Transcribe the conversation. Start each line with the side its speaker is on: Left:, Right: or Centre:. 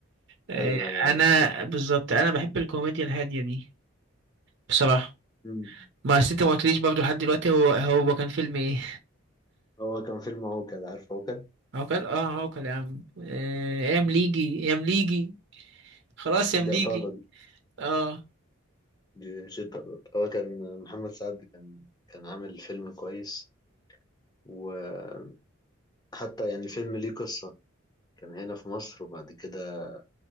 Right: آه،
Left: ايوه ايوه
Right: انا
Left: عارفه
Right: بالظبط انا بحب الكوميديا الهادية دي بصراحة
Left: مم.
Right: ما أصل انت ما قلتليش برضه لحد دلوقتي هو هو كان فيلم ايه
Left: هو كان فيلم عوكل عارف عوكل
Right: عوكل اه عوكل يا عم آه، يا مليجي يا مليجي خلاص
Left: <laughs>
Right: يا
Left: دي
Right: مليجي
Left: أطارد
Right: اه
Left: دي شتا أطارد. هو كان محمد سعد كان كان عامل فيلم كويس وحتى يعني الفيلم ليه قصة كان هنا في مصر وبعد كده